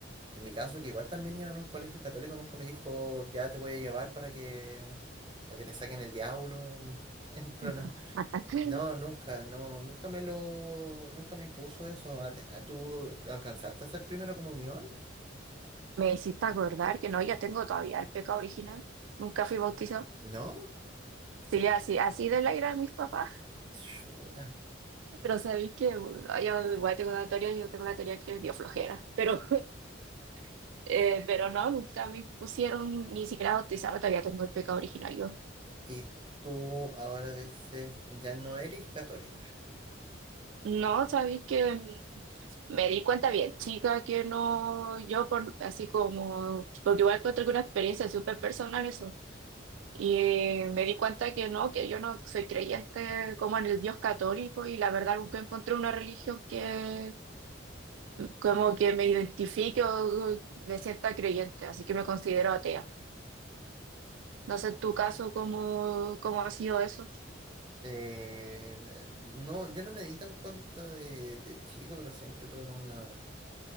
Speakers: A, on the right; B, on the right.
A: en mi caso, que igual también iba en un colegio católico, nunca me dijo, ya te voy a llevar para que, para que te saquen el diablo. <laughs> Entra, no.
B: <laughs>
A: No, nunca, no, nunca me lo, nunca me impuso eso. ¿A- a- ¿Tú alcanzaste a hacer primera comunión?
B: Me hiciste acordar que no, yo tengo todavía el pecado original. Nunca fui bautizado.
A: ¿No?
B: Sí, así, así de la ira de mis papás.
A: Chuta.
B: <laughs> Pero sabéis que bueno, yo igual tengo una teoría, yo tengo la teoría que les dio flojera. Pero, <laughs> eh, pero no, nunca me pusieron ni siquiera a bautizarme, todavía tengo el pecado original yo.
A: Y tú ahora dices, ya no eres católica.
B: No, sabéis que mm, me di cuenta bien, chica, que no, yo por así como, porque igual encuentro que una experiencia súper personal eso Y me di cuenta que no, que yo no soy creyente como en el Dios católico y la verdad nunca encontré una religión que como que me identifique o me sienta creyente, así que me considero atea. No sé en tu caso cómo, cómo ha sido eso.
A: Eh, no, yo no me di tan cuenta de, de chico, pero siempre tuve como una